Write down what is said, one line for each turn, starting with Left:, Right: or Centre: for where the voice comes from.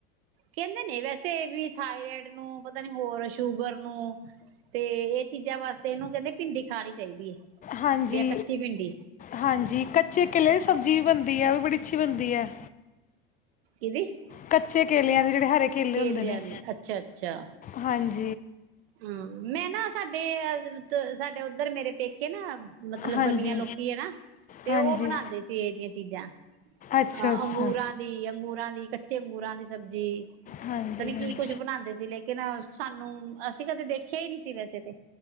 Right: ਕਹਿੰਦੇ ਨੇ ਵੈਸੇ ਵੀ ਥਾਇਰੋਇਡ ਨੂੰ ਪਤਾ ਨੀ ਹੋਰ ਸ਼ੂਗਰ ਨੂੰ ਤੇ ਇਹ ਚੀਜ਼ਾਂ ਵਾਸਤੇ ਇਹਨੂੰ ਕਹਿੰਦੇ ਭਿੰਡੀ ਖਾਣੀ ਚਾਹੀਦੀ ਹੈ
Left: ਹਾਂਜੀ
Right: ਵੀ ਆ ਕੱਚੀ ਭਿੰਡੀ
Left: ਹਾਂਜੀ ਕੱਚੇ ਕਿਲੇ ਦੀ ਸਬਜ਼ੀ ਵੀ ਬਣਦੀ ਹੈ ਉਹ ਵੀ ਬੜੀ ਅੱਛੀ ਬਣਦੀ ਹੈ
Right: <unintelligible>
Left: ਕੱਚੇ ਕੇਲਿਆਂ ਦੇ ਜਿਹੜੇ ਕੇਲੇ
Right: ਕੇਲਿਆਂ
Left: ਹੁੰਦੇ ਨੇ
Right: ਦੀ ਅੱਛਾ ਅੱਛਾ
Left: ਹਾਂਜੀ
Right: ਹਮ ਮੈਂ ਨਾ ਸਾਡੇ ਸਾਡੇ ਉੱਧਰ ਮੇਰੇ ਪੇਕੇ ਨਾ ਮਤਲਬ
Left: ਹਾਂਜੀ
Right: ਬਨੀਆਂ ਲੋਕੀ ਹੈ ਨਾ ਤੇ
Left: ਹਾਂਜੀ
Right: ਉਹ ਬਣਾਉਂਦੇ ਸੀ ਇਹਦੀਆਂ ਚੀਜ਼ਾਂ
Left: ਅੱਛਾ
Right: ਅ
Left: ਅੱਛਾ
Right: ਅੰਗੂਰਾਂ ਦੀ ਅੰਗੂਰਾਂ ਦੀ ਚੇਗੂਰਾਂ ਦੀ ਸਬਜ਼ੀ
Left: ਹਾਂਜੀ
Right: ਪਤਾ ਨੀ ਕੀ
Left: ਹਾਂਜੀ
Right: ਕੁਛ ਬਣਾਉਂਦੇ ਸੀ ਲੇਕਿਨ ਸਾਨੂੰ ਅਸੀਂ ਕਦੇ ਦੇਖਿਆ ਹੀ ਨਹੀਂ ਸੀ ਵੈਸੇ ਤੇ